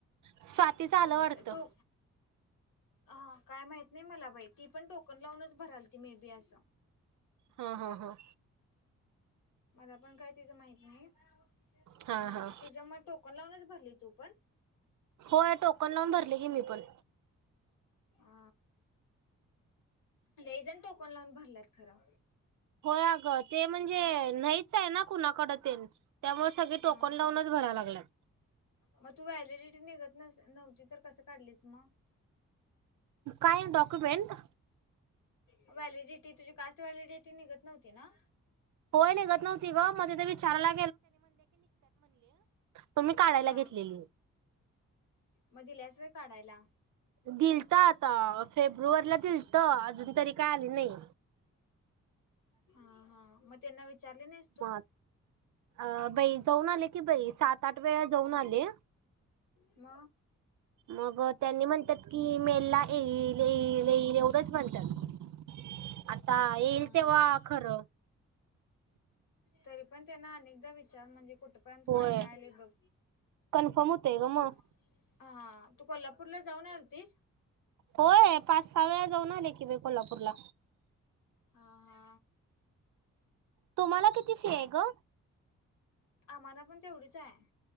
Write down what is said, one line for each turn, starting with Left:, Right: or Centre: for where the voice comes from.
Right: स्वातीच आलं
Left: चाल
Right: वाटतं.
Left: तो ह काय माहत नाही मला बाई ती पण टोकन लावूनच भराल त मे बी असं
Right: हा हा हा
Left: मला पण काय तिचं माहित नाही
Right: हा हा
Left: तुझ मग टोकन लावूनच भरली तू पण
Right: हो या टोकन लावून भरले की मी पण
Left: अ लय जन टोकन लावून भरलात खरं
Right: होय अ ग ते म्हणजे नाहीच आहे ना कुणाकड ते त्यामुळे सगळे
Left: हा
Right: टोकन लावूनच भरायव लागत
Left: मग तू व्हॅलिडिटी निघत नव्हती तर कस काढलीस मग
Right: काय डॉक्युमेंट
Left: व्हॅलिडिटी तुझी कास्ट व्हॅलिडिटी निघत नव्हती ना
Right: होय निघत नव्हती ब मग तिथे विचाराला पण मी काढायला
Left: हा
Right: घेतलेली
Left: म दिल्यास होय काढायला
Right: दिल तर आता फेब्रुवारीला दिल तर अजून तरी काय आले नाही
Left: हा हा मग त्यांना विचारले नाही.
Right: म अ बाई जाऊन आले की बाई सात आठ वेळा जाऊन आले.
Left: म
Right: मग त्यांनी म्हणतात की मेलला येईल येईल येईल एवढंच म्हणतात. आता हेलतेवाखर
Left: हा हा तरी पण त्यांना अनेकदा विचार म्हणजे कुठ? पण
Right: होय
Left: काय कायले बघ
Right: कन्फर्म होतय ग
Left: तू
Right: मग
Left: हा तू कोल्हापूरला जाऊन आतीस.
Right: होय पाच सहा वेळा जाऊन आले की कोल्हापूरला
Left: हा हा.
Right: तुम्हाला किती फी आहे ग
Left: आम्हाना पण तेवढीच आहे.